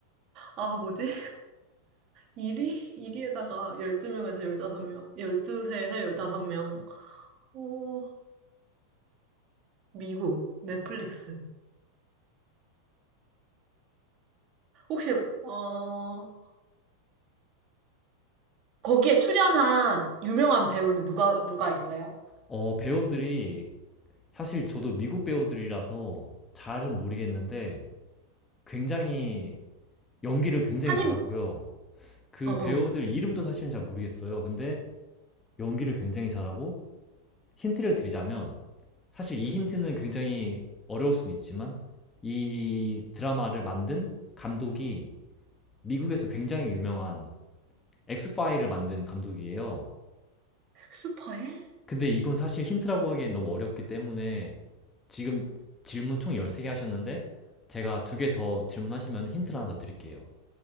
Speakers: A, on the right; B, on the left.
A: 아, 뭐지? 1위? 1위에다가 12명에서 15명, 12세에서 15명. 어, 미국, 넷플릭스. 혹시, 어, 거기에 출연한 유명한 배우는 누가, 누가 있어요?
B: 어, 배우들이, 사실 저도 미국 배우들이라서 잘은 모르겠는데, 굉장히, 연기를 굉장히
A: 한인,
B: 잘하고요. 그
A: 어, 어.
B: 배우들 이름도 사실은 잘 모르겠어요. 근데 연기를 굉장히 잘하고, 힌트를 드리자면, 사실 이 힌트는 굉장히 어려울 수는 있지만, 이 드라마를 만든 감독이 미국에서 굉장히 유명한 엑스파일을 만든 감독이에요.
A: 엑스파일?
B: 근데 이건 사실 힌트라고 하기엔 너무 어렵기 때문에 지금 질문 총 13개 하셨는데 제가 두 개 더 질문하시면 힌트를 하나 더 드릴게요.